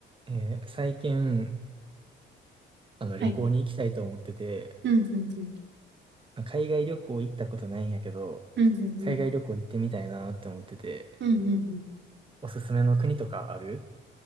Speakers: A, on the right; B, on the right.
A: えー最近、あの、
B: はい。
A: 旅行に行きたいと思ってて、
B: うん、うん、うん。
A: 海外旅行行ったことないんやけど、
B: うん、うん、
A: 海外旅行行ってみたいなって思ってて、
B: うん。うん、うん、うん。
A: おすすめの国とかある